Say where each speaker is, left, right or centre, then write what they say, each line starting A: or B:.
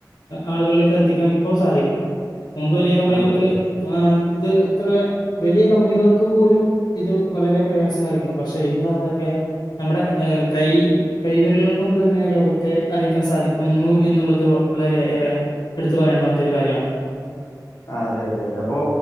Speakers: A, on the left (about 70°); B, on the left (about 50°).
A: ആളുകളിലേക്ക് എത്തിക്കാൻ ഇപ്പൊ സാധിക്കും മുമ്പ് വലിയ കമ്പനികൾക്ക്
B: അതെ
A: ഇത് അത്ര വലിയ കമ്പനികൾക്ക് പോലും ഇത് വളരെ പ്രയാസമായിരുന്നു പക്ഷെ എന്താതൊക്കെ നമ്മുടെ കൈ കൈവിരലുകൾ കൊണ്ട് തന്നെ ലോകത്തെ അറിയിക്കാൻ സാധിക്കുന്നു എന്നുള്ളത് വളരെ ഏറെ എടുത്തു പറയേണ്ട മറ്റൊരു കാര്യമാണ്
B: അതെ അതെ അതെ അപ്പൊ